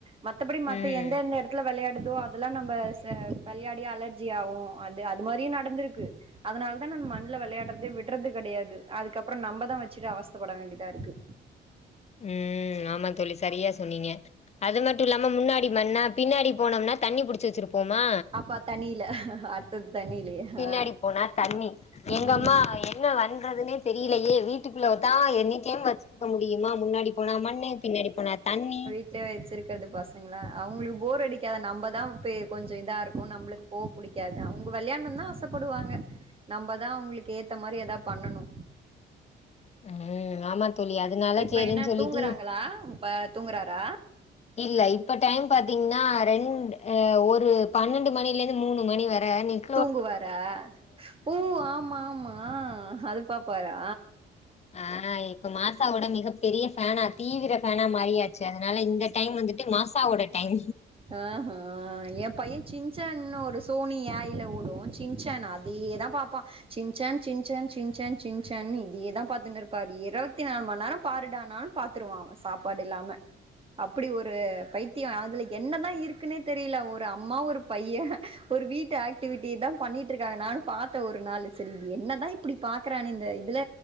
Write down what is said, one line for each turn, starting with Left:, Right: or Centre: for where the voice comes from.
Right: மத்தபடி மத்த
Left: ம்
Right: எந்த எந்த எடத்துல வெளையாட் எதுவு ஆகலா நம்ம ச வெள்யாடி அலர்ஜி ஆகு அது அது மாரியு நடந்திருக்கு அதுனால தா நம்ம மண்ல வெளையாடுறதே விட்றது கெடையாது அதுக்கப்றோ நம்மதா வச்சிட்டு அவஸ் தப்பட வேண்டிதா இருக்கு
Left: ம் ஆமா தோழி சரியா சொன்னீங்க அது மட்டு இல்லாம முன்னாடி மண்ணா பின்னாடி போனோம்னா தண்ணி புடிச்சி வச்சுருப்போமா
Right: அப்பா தண்ணில அடுத்தது தண்ணிலயே
Left: பின்னாடி
Right: ஆ
Left: போனா தண்ணி எங்கம்மா
Right: ம்
Left: ஏ என்ன பண்றதுனே தெரியலையே வீட்டுக்குள்ளதா எனி டைம் வச்சிருக்க முடியு மா முன்னாடி போனா மண்ணு பின்னாடி போனா தண்ணி
Right: வீட்லயே வச்சிருக்குறது பசங்கள அவுங்களுக்கு போர் அடிக்காதா நம்மதா பே கொஞ்சோ இதா இருக்கு நம்ளுக் போ புடிக்காது அவங்க வெளயாட்ணுனா ஆசப்படுவாங்க நம்மதா அவுங்களுக்கு ஏத்த மாரி எதா பண்ணணு
Left: ம் ஆமா தோழி அதனால
Right: இப்ப
Left: சேரின்னு
Right: என்ன
Left: சொல்லிட்டு
Right: தூங்குறாங்களா இப்ப தூங்குறாரா
Left: இல்ல இப்ப டைம் பாத்தீங்னா ரெண்டு ஆ ஒரு பன்னெண்டு மணிலருந்து மூணு மணி வர நீங்
Right: தூங்குவாரா ஊ ஆமா ஆமா ஆ அதுப்பாப்பாரா
Left: ஆ இப்போ மாசாவோட மிக பெரிய ஃபேனா தீவிர ஃபேனா மாரியாச்சு அதனால இந்த டைம் வந்துட்டு மாசாவோட டைம்
Right: ஆ ஹா எ. பைய சின்சான்னு ஒரு சோனியாய்யில ஓடு சின்சானா அ இதேதா பாப்பா சின் சேன் சின் சேன் சின் சேன் சின் சேன்னு இதயேதா பாத்துன் இருப்பாரு இருபத்தி நாலு மணி நேரமு பாருடான்னா பாத்துருவா சாப்பாடு இல்லாம அப்டி ஒரு பைத்திய அதுல என்னதா இருக்குன்னே தெரில ஒரு அம்மா ஒரு பைய ஒரு வீட்டு ஆக்டிவிட்டிதா பண்ணிட்டு இருக்காங்க நானு பாத்த ஒரு நாளு சரி இது என்ன தா இப்பிடி பாக்குறானே இந்த இதுல